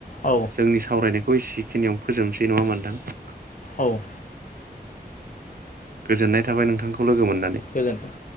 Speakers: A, on the left (about 55°); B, on the right (about 70°).
A: औ
B: जोंनि सावरायनायखौ एसेखिनियाव फोजोबनोसै नङा होमबा नोंथां?
A: औ।
B: गोजोननाय थाबाय नोंथांखौ लोगो मोन
A: गोजोन्थों।